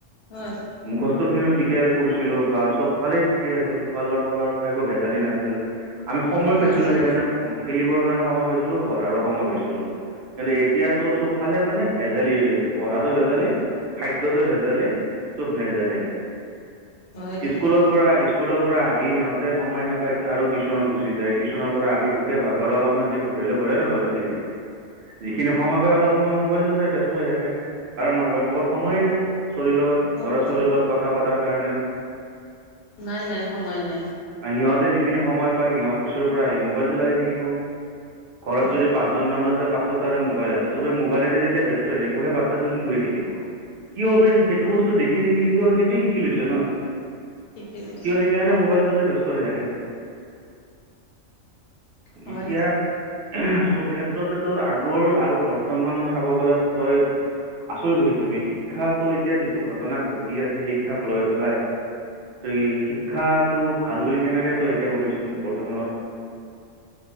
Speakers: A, on the left (about 60°); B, on the right (about 55°).
A: হয়
B: মুখস্থ খিনিও ঠিকে কৰিছিলো বা চব ফালে ঠিকে আছিল খোৱা লোৱাৰ ফালৰ পৰা একো ভেজালি নাছিল আমি সময় পাইছিলো
A: নাছিল
B: সেইকাৰণে খেলিবৰ কাৰণে সময় পাইছিলো পঢ়াৰো সময় পাইছিলো। কিন্তু এতিয়া তোৰ চব ফালে মানে ভেজালি হৈ গৈছে পঢ়াটো ভেজালি খাদ্যটো ভেজালে। চব ভেজালে
A: হয় দে
B: স্কুলৰ পৰা স্কুলৰ পৰা আহি সিহঁতে সময় না পায় আৰু টিউচনত গুচি যায় টিউচনৰ পৰা আহি ভাগৰ অলপমান যি পঢ়িলে পঢ়ে নহলে শুই থাকে, যিখিনি সময় পায় অলপ সময় মোবাইলটো চাই ব্য স্ত হৈ থাকে কাৰণ মাক বাপেকৰ সময়ে নাই ছোৱালীৰ লগত
A: সময়
B: ল'ৰা ছোৱালীৰ লগত কথা পতাৰ কাৰণে।
A: নাই নাই সময় নাই।
B: সিহঁতে যিখিনি সময় পায় সিহঁতে অফিচৰ পৰা আহি মবাইলটো লাগি থাকিব। ঘৰত
A: উম
B: যদি পাঁচজন মানুহ আছে পাঁচোতাৰে মোবাইল আছে চবে মোবাইলতে যেতিয়া ব্যস্ত হৈ থাকিব সেই বাচ্ছটোৱে কি কৰি থাকিব সিও অবেয়েশ্লী সেইটো বস্তু দেখি দেখি সিও সেইটোৱে শিকি লৈছে না
A: ঠিকে লৈছে
B: সিও সেইকাৰণে মোবাইলটোতে ব্যস্ত হৈ থাকে।
A: হয়
B: এতিয়া চব ক্ষেত্ৰতে তোৰ আগৰ আৰু বৰ্তমানত চাব গ'লে তই আচৰিত হৈ যাবি শিক্ষাটো এতিয়া যিটো ঘটনা ঘটি আছে শিক্ষাক লৈ পেলাই তই শিক্ষাটো ভাল বুলি কেনেকে তই এতিয়া কবিচোন বৰ্তমানত